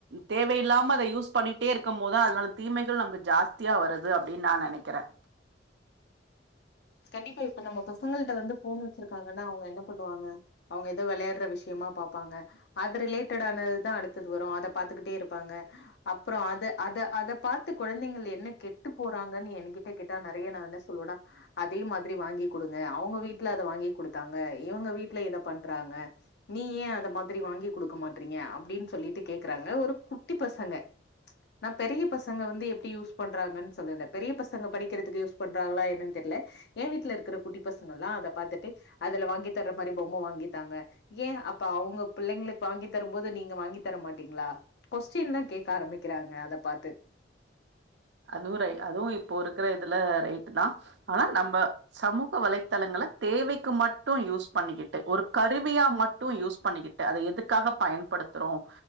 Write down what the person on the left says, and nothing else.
கண்டிப்பா இப்ப நம்ம பசங்களிட்ட வந்து போன் வச்சிருக்காங்கன்னா அவங்க என்ன பண்ணுவாங்க அவங்க ஏதோ விளையாடுற விஷயமா பாப்பாங்க அது ரிலேட்டட ஆனதுதான் அடுத்தது வரும் அத பாத்துக்கிட்டே இருப்பாங்க அப்புறம் அத அத அதை பாத்து குழந்தைகள் என்ன கெட்டு போறாங்கன்னு என என்கிட்ட கேட்டா நிறைய நான் என்ன சொல்லுவேன்னா அதே மாதிரி வாங்கி குடுங்க அவங்க வீட்டுல அதை வாங்கி குடுத்தாங்க இவங்க வீட்டுல இத பண்றாங்க நீ ஏன் அதை மாதிரி வாங்கி குடுக்க மாட்டறீங்க அப்படின்னு சொல்லிட்டு கேக்குறாங்க ஒரு குட்டி பசங்க நான் பெரிய பசங்க வந்து எப்படி யூஸ் பண்றாங்கன்னு சொல்லல பெரிய பசங்க படிக்கிறதுக்கு யூஸ் பண்றாங்களா என்னன்னு தெரியல ஏன் வீட்டுல இருக்கிற குட்டி பசங்கள் எல்லாம் அதை பாத்துட்டு அதுல வாங்கி தர்ற மாரி பொம்மை வாங்கித்தாங்க ஏன் அப்ப அவங்க பிள்ளைங்களுக்கு வாங்கி தரும் போது நீங்க வாங்கி தர மாட்டீங்கிளா கொஸ்டின் எலாம் கேக்க ஆரம்பிக்கிறாங்க அத பார்த்து